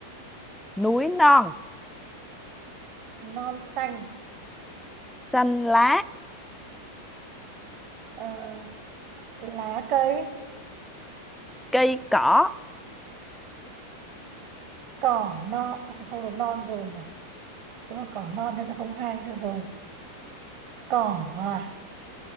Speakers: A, in the centre; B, on the right.
A: núi non
B: non xanh
A: xanh lá
B: Ờ, lá cây
A: cây cỏ
B: cỏ non à, không được non rồi nhỉ đúng là cỏ non thì không hay nữa rồi cỏ à